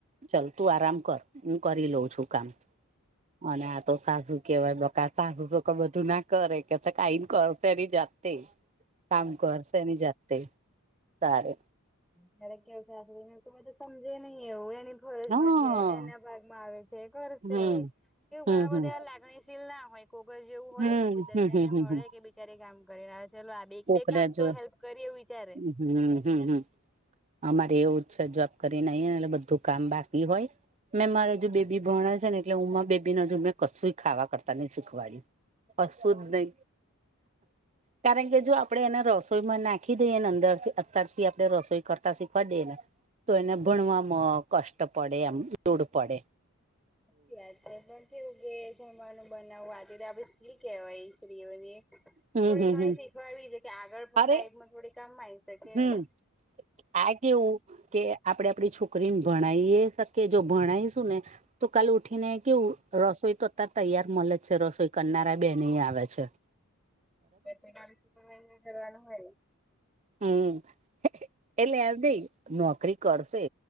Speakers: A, on the right (about 30°); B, in the centre.
A: ચલ તું આરામ કર હું કરી લઉં છું કામ અને આ તો સાસુ કેવાય બકા સાસુ તો બધું ના કરે કે કાઈ કરશે એની જાતે કામ કરશે એની જાતે તારે
B: ક્યારેક કેવું થાઈ બધું સમજે નઈ એવું એ ભરજમાં
A: હા
B: છે એના ભાગ માં આવે છે કરશે
A: હમ
B: એવું
A: હમ
B: ઘણા
A: હમ
B: બધા લાગણી શીલ ના હોય કોગર જેવું હોય
A: હમ
B: સીધર્જને
A: હમ હમ
B: મળે
A: હમ
B: કે બિચારી કામ કરીને આવે ચલો એક
A: કોકને
B: બે કામ કરીએ આમ તો
A: જો
B: હેલ્પ કરીએ એવું વિચારે
A: હમ હમ અમારે એવું છે જોબ કરીને આઇએ એટલે બધું કામ બાકી હોય મેં મારે જો બેબી ભણે છે ને એટલે હુંમાં બેબીને હજુ મેં કશું ખાવા કરતા નહી શીખવાડ્યું કશું જ નહીં કારણ કે જો આપડે એને રસ રસોઈમાં નાખી દઈએ ને અંદર થી અત્યારથી આપડણે રસોઈ કરતા શીખવા દઈએ ને તો એને ભણવામાં કષ્ટ પડે એમ લોડ પડે
B: સાચી વાત છે પણ કેવું કે જમવાનું બનાવું આપડે સ્ત્રી કેવાય સ્ત્રીઓને
A: હમ
B: થોડી
A: હમ
B: ઘણી
A: હમ
B: શીખવાવી છે કે આગળ પણ
A: અરે
B: લાઈફમાં થોડી કામ આવી શકે
A: હમ
B: એવું
A: આ કેવું કે આપણેે આપણી છોકરીને ભણાવએ શકીએ જો ભણાયશું ને તો કાલે ઉઠીને કે રસોઈ તો અત્યારે તૈયાર મળે જ છે રસોઈ કરનારા બેન આવે છે્. <inaudible>
B: બે સુપરવાઈઝર કરવાનું હોય
A: હમ એટલેે એમ બે નોકરી કરશે